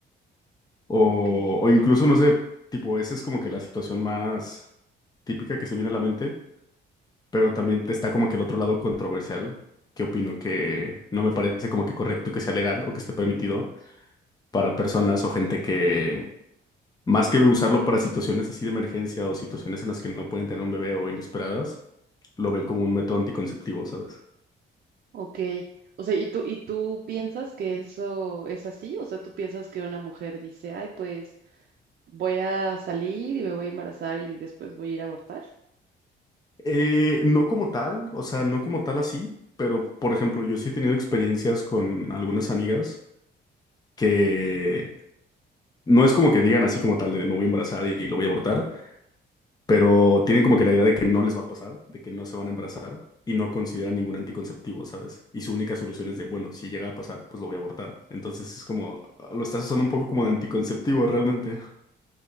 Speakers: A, on the left; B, on the right.
A: O,
B: ok.
A: o incluso, no sé, tipo, esa es como que la situación más típica que se viene a la mente, pero también te está como que el otro lado controversial, que opino que no me parece como que correcto que sea legal o que esté permitido para personas o gente que, más que usarlo para situaciones así de emergencia o situaciones en las que no pueden tener un bebé o inesperadas lo ven como un método anticonceptivo, ¿sabes?
B: Ok. O sea, ¿y tú, y tú piensas que eso es así? O sea, ¿tú piensas que una mujer dice, ay, pues voy a salir y me voy a embarazar y después voy a ir a abortar?
A: Eh, no como tal, o sea, no como tal así, pero por ejemplo, yo sí he tenido experiencias con algunas amigas que no es como que digan así como tal de me voy a embarazar y, lo voy a abortar, pero tienen como que la idea de que no les va a pasar, de que no se van a embarazar y no consideran ningún anticonceptivo, ¿sabes? Y su única solución es de, bueno, si llega a pasar, pues lo voy a abortar. Entonces es como, lo estás usando un poco como de anticonceptivo realmente.